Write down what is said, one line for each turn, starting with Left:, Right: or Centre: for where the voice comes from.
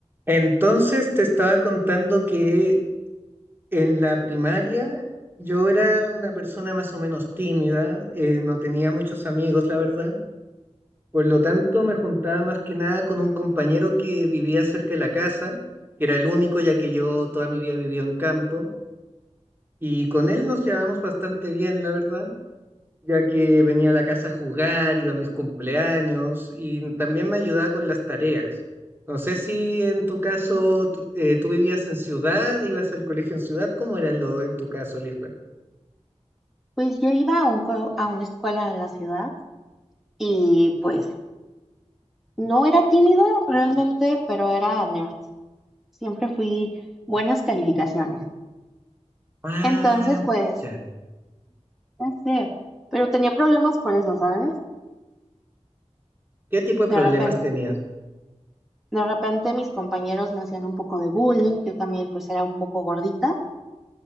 Right: Entonces te estaba contando que en la primaria yo era una persona más o menos tímida, eh, no tenía muchos amigos, la verdad. Por lo tanto, me juntaba más que nada con un compañero que vivía cerca de la casa, que era el único, ya que yo toda mi vida viví en campo, y con él nos llevábamos bastante bien, la verdad ya que venía a la casa a jugar, iba a mis cumpleaños y también me ayudaba con las tareas. No sé si en tu caso tú, eh, tú vivías en ciudad, ibas al colegio en ciudad, ¿cómo era lo en tu caso, Lisbeth?
Centre: Pues yo iba a, un co- a una escuela en la ciudad y pues no era tímido realmente, pero era nerd. Siempre fui buenas calificaciones.
Right: Ah,
Centre: Entonces, pues,
Right: ya.
Centre: no sé, pero tenía problemas por eso, ¿sabes?
Right: ¿Qué tipo de problemas
Centre: De repente,
Right: tenías?
Centre: de repente mis compañeros me hacían un poco de bullying, yo también pues era un poco gordita,